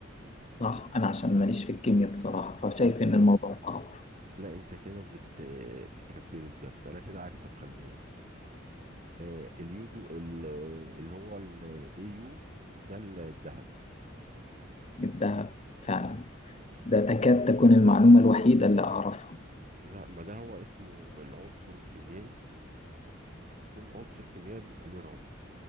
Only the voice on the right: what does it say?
انت
لا انت كده بت... بتحبني بجد انا كده عكسك خلي بالك آه اليودو ال... اللي هو الاي يو ده الذهب
اه
لا ما ده هو اسمه العنصر الكيميائي كل عنصر كيميائي بيبقى ليه رمز